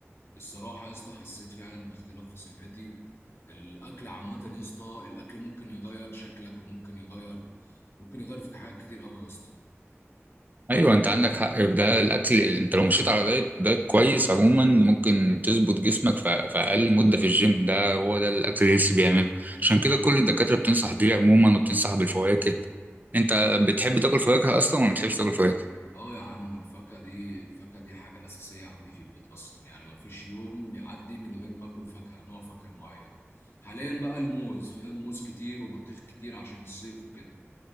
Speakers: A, on the left; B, on the right.
A: الصراحة يا اسطى حسيت فعلا باختلاف في صحتي الاكل عامة يا اسطى الاكل ممكن يغير شكلك وممكن يغير ممكن يغير فيك حاجات كتير قوي يا اسطى
B: ايوه انت عندك حق في ده الاكل انت لو مشيت على دايت دايت كويس عموما ممكن تظبط جسمك في في اقل مده في الجيم ده هو ده الاكل الهيلثي بيعمله عشان كده كل الدكاتره بتنصح بيه عموما وبتنصح بالفواكه انت بتحب تاكل فواكه اصلا ولا ما بتحبش تاكل فواكه
A: اه يا عم الفاكهة دي الفاكهة دي حاجة أساسية عندي في البيت أصلا يعني ما فيش يوم بيعدي من غير ما آكل فاكهة نوع فاكهة معين حاليا بقى الموز فيها موز كتير وبطيخ كتير عشان الصيف وكده